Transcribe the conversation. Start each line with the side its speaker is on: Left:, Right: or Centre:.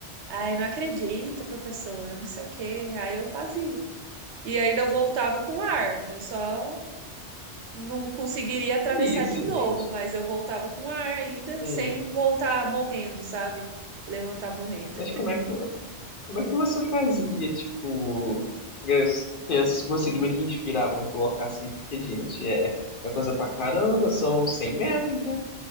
Right: Aí não acredita, professora, não sei o quê. Aí eu fazia. E ainda eu voltava com ar. Eu só não conseguiria atravessar
Left: É isso,
Right: de novo,
Left: gente.
Right: mas eu voltava com ar ainda,
Left: Sim.
Right: sem voltar morrendo, sabe? Levantar morrendo.
Left: Mas como é que, como é que você fazia, tipo, pra ter- conseguir meio que inspirar, vamos colocar assim, porque, gente, é, é coisa pra caramba, são 100 metros, né,